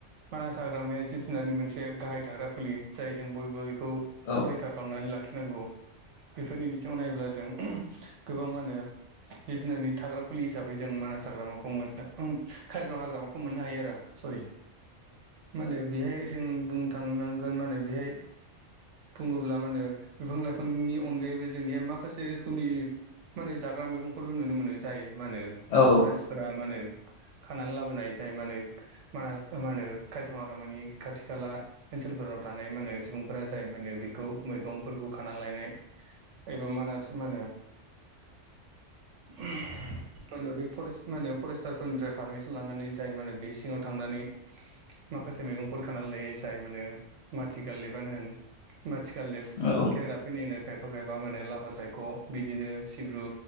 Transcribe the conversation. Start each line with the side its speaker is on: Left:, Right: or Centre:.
Right: मानास हाग्रामाया जिब जुनारनि मोनसे गाहाय थाग्रा खुलि। जाय जों बयबो बेखौ
Left: औ
Right: संरैखा खालामनानै लाखिनांगौ। बेफोरनि बिथिङाव नायोब्ला जों गोबां मा होनो जिब जुनारनि थाग्रा खुलि हिसाबै जों मानास हाग्रामाखौ मोन काजिरङा हाग्रामाखौ मोननो हायो आरो सरि। माने बेहाय जों बुंनो थांनांगोन म होने बेहाय बुंङोब्ला मा होनो बिफां लाइफांनि अनगायैबो जोंहाय माखासे रोखोमनि माने जाग्रा मैगंफोरबो नुनो मोनो जायो मा होनो
Left: औ
Right: फरेयेसफोरा मा होनो खानानै लाबोनाय जाय मा होनो मानास मा होनो काजिर मावग्रा मानि खाथि खाला ओनसोलफोराव थानाय माने सुबुंफोरा जाय मा होनो बेखौ मैगंफोरखौ खाना लायनाय एबा मानास मा होनो <unintelligible> फरेस्ट मान होन फरेस्टारफोरनिफ्राय पारमिसन लानानै जाय माने बे सिंङाव थांनानै माखासे मैगंफोर खानानै लायो जाय मोनो माथि गालदेबानो होन, माथि खालदेब।
Left: औ।
Right: केेरेलाफोरनिनो खायफा खायफा माने लाफा सायख' बिदिनो सिब्रु